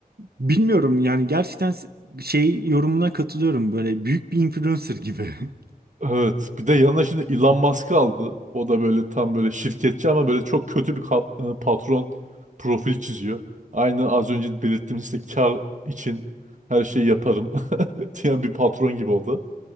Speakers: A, on the right; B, on the right.
A: bilmiyorum yani gerçekten şey yorumuna katılıyorum böyle büyük bir influencer gibi. <laughs>
B: Evet. Bir de yanına şimdi Elon Musk'ı aldı. O da böyle tam böyle şirketçi ama böyle çok kötü bir ka- e, patron profil çiziyor. Aynı az önce belirttiğimiz işte kar için her şeyi yaparım <laughs> diyen bir patron gibi o da.